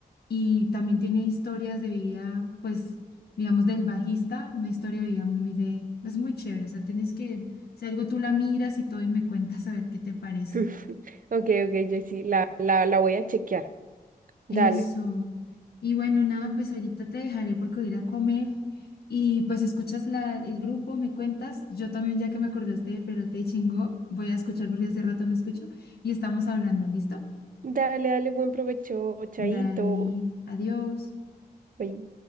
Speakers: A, on the left; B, on the right.
A: y también tiene historias de vida, pues, digamos, del bajista, una historia de vida muy de, es muy chévere. O sea, tienes que, si algo tú la miras y todo y me cuentas a ver qué te parece.
B: <laughs> Ok, ok, Jessy, la, la, la voy a chequear. Dale.
A: Eso. Y bueno, nada, pues ahorita te dejaré porque voy a ir a comer y pues escuchas la, el grupo, me cuentas. Yo también, ya que me acordaste de Perote y Chingó, voy a escuchar porque hace rato no escucho y estamos hablando, ¿listo?
B: Dale, dale, buen provecho, chaito.
A: Dale, adiós.
B: Bye.